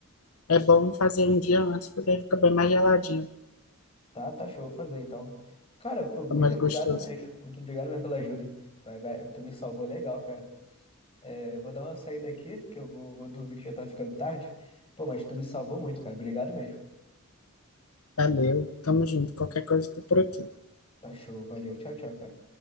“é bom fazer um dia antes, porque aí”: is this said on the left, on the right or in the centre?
Left